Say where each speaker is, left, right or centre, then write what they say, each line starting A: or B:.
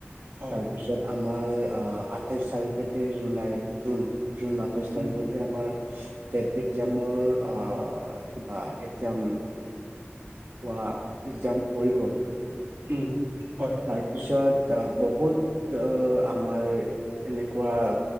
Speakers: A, on the right; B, on the right.
A: হয়
B: তাৰপিছত আমাৰ আঠাইশ চাৰিপেতে জুলাই, জুন জুন আঠাইছ তাৰিখতে
A: উম
B: আমাৰ টেট এক্সাম কিবা এক্সাম হোৱা এক্সাম হৈ গ'ল।
A: উম। হয়
B: তাৰপিছত, আহ বহুত আমাৰ এনেকুৱা,